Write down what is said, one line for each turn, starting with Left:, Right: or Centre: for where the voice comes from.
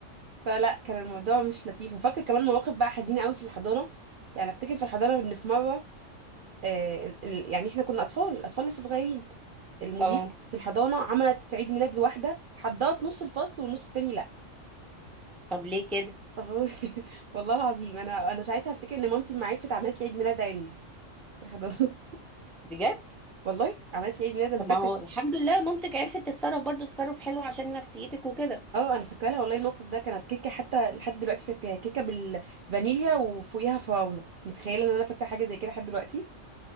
Right: فلا كان الموضوع مش لطيف وفاكر كمان مواقف بقى حزينه قوي في الحضانه يعني افتكر في الحضانه ان في مره آه، ال- ال- يعني احنا كنا اطفال اطفال لسه صغيرين المدير
Centre: اه
Right: في الحضانه عملت عيد ميلاد لواحده حضرت نص الفصل والنص التاني لا
Centre: طب ليه كده
Right: <laughs> والله العظيم انا انا ساعتها افتكر ان مامتي ما عرفت عملت لي عيد ميلاد عندي في الحضانه
Centre: بجد
Right: <laughs> والله عملت لي عيد ميلاد انا
Centre: طب
Right: فاكره
Centre: ما هو الحمد لله مامتك عرفت تتصرف برضو تصرف حلو عشان نفسيتك وكده
Right: اه انا فاكره لها والله الموقف ده كانت كيكه حتى لحد دلوقتي فاكراها كيكه بالفانيليا وفوقيها فراوله متخيله ان انا فاكره حاجه زي كده لحد دلوقتي